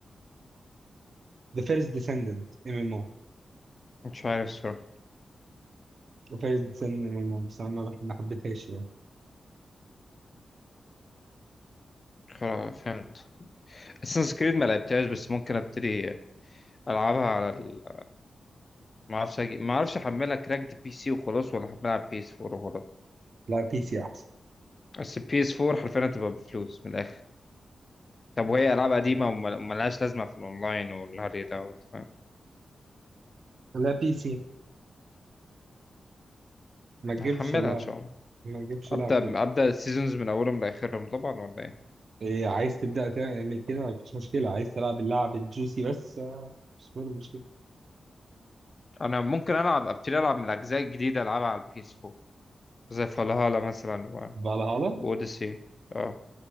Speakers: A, on the right; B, on the left.
A: ذا فيرست ديسندنت ام ام او
B: مش عارف الصراحة
A: ذا فيرست ديسندنت ام ام او بس انا ما ما حبيتهاش يعني
B: خلاص فهمت اساسن كريد ما لعبتهاش بس ممكن ابتدي العبها على ال... ما اعرفش أجي... ما اعرفش احملها كراكد بي سي وخلاص ولا احملها على بي اس 4 وخلاص
A: لا بي سي احسن
B: بس البي اس 4 حرفيا هتبقى بفلوس من الاخر طب وهي العاب قديمه وما- وملهاش لازمه في الاونلاين والهري ده وأنت فاهم.
A: لا بي سي ما تجيبش
B: هحملها
A: لعب
B: ان شاء الله
A: ما تجيبش
B: ابدا
A: لعب كده
B: ابدا السيزونز من اولهم لاخرهم طبعا ولا ايه؟
A: إيه عايز تبدا تعمل كده مفيش مشكله عايز تلعب اللعب الجوسي بس آه، مش برضه مشكله
B: انا ممكن العب ابتدي العب من الاجزاء الجديده العبها على البي اس 4 زي فالهالا مثلا و...
A: فالهالا
B: واوديسي اه